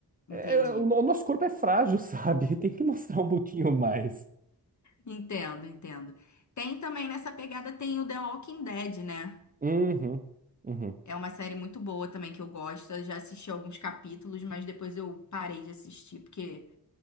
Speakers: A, on the left; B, on the right.
A: entendi.
B: É, o, no- o nosso corpo é frágil, sabe? <laughs> Tem que mostrar um pouquinho mais.
A: Entendo, entendo. Tem também nessa pegada, tem o The Walking Dead, né?
B: Uhum, uhum,
A: É uma série muito boa também que eu gosto. Eu já assisti alguns capítulos, mas depois eu parei de assistir porque